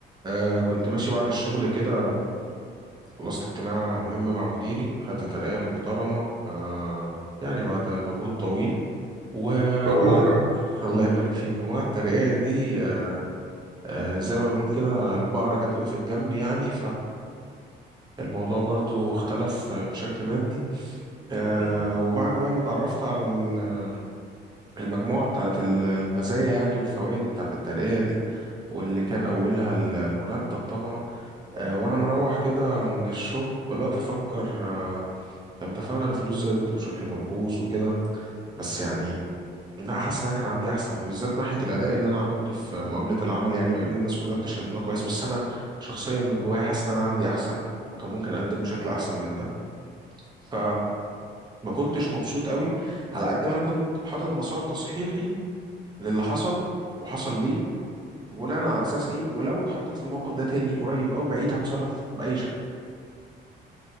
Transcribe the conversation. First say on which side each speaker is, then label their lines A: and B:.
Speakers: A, on the right; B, on the right.
A: آه كنت ماشي بعد الشغل كده خلصت اجتماع مهم مع مديري خدت ترقية محترمة آه يعني بعد مجهود طويل ومع
B: مبروك يا رب.
A: <laughs> الله يبارك فيك ومع الترقية دي آه آه، زي ما بنقول كده البقرة جت وقفت جنبي يعني فالموضوع برضو اختلف بشكل مادي آه
B: مم.
A: وبعد بقى ما اتعرفت على ال- المجموعة بتاعت ال- المزايا يعني والفوائد بتاعت الترقية دي واللي كان أولها ال- المرتب طبعا آه، وانا مروح كده من الشغل بدأت افكر آه، طب ده فعلا الفلوس زادت بشكل ملحوظ وكده بس يعني لا حاسس ان انا كان عندي احسن وبالذات ناحية الاداء اللي انا عملته في مقابلة العمل يعني مع ان الناس كلها بتشهد ان انا كويس بس انا شخصيا من جوايا حاسس ان انا عندي احسن وكان ممكن اقدم بشكل احسن من ده فما كنتش مبسوط قوي على قد ما انا كنت حاطط مسار تصحيحي للي حصل وحصل ليه بناء على اساس ايه ولو اتحطيت في الموقف ده تاني قريب او بعيد هتصرف باي شكل